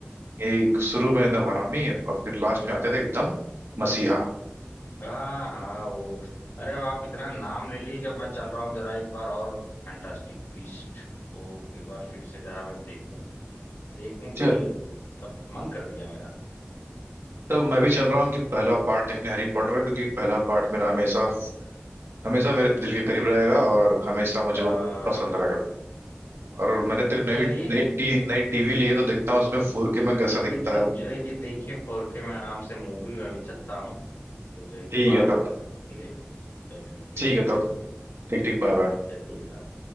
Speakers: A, on the right (about 85°); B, on the left (about 75°).
A: यही शुरू में एकदम हरामी और फिर लास्ट में आते थे एकदम मसीहा
B: हाँ हाँ वो अरे अब आप इतना नाम ले लिए कि अब मैं चल रहा हूँ जरा एक बार और फैंटास्टिक बीस्ट को एक बार फिर से जरा मैं देखूं देखूं कि
A: चल
B: तब मन कर दिया मेरा
A: तब मैं भी चल रहा हूँ कि पहला पार्ट देखने हैरी पॉटर का, क्योंकि पहला पार्ट मेरा हमेशा हमेशा मेरे दिल के करीब रहेगा और हमेशा मुझे
B: हाँ,
A: वो पसंद रहेगा और मैंने तो एक नई
B: चलिए
A: नई टी नई टीवी ली है तो देखता हूँ उसमें फोर के में कैसा
B: चलिए
A: दिखता
B: तब
A: है
B: जो है कि देखिए फोर के में आराम से मूवी में भी चलता हूँ फिर जो है कि
A: ठीक
B: बात
A: है तब
B: होती है चलिए ठीक
A: ठीक है
B: ठीक
A: तब ठीक ठीक Bye bye
B: चलिए बाय